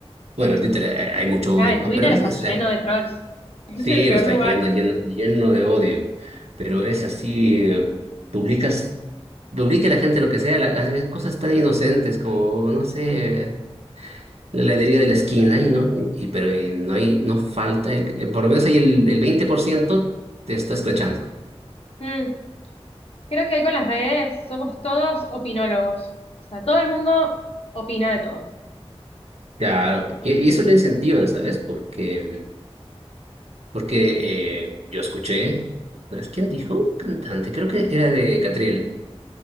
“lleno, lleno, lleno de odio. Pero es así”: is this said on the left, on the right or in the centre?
Right